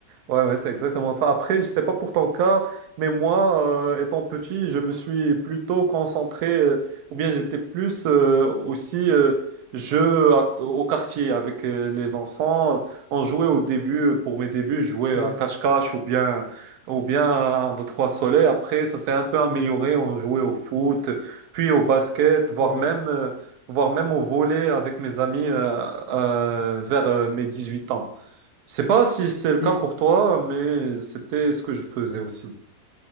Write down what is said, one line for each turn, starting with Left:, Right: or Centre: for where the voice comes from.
Right: Ouais, ouais, c'est exactement ça. Après, je sais pas pour ton cas, mais moi, euh, étant petit, je me suis plutôt concentré, euh, ou bien j'étais plus euh, aussi euh, jeu à- au quartier avec euh, les enfants. On jouait au début, euh, pour mes débuts, je jouais
Left: Ouais,
Right: à cache-cache ou bien ou bien à un, deux, trois soleils. Après, ça s'est un peu amélioré. On jouait au foot, puis au basket, voire
Left: ouais.
Right: même euh, voire même au volley avec mes amis euh, euh, vers euh, mes huit ans. Je sais pas si c'est le cas
Left: Et
Right: pour toi, mais c'était ce que je faisais aussi.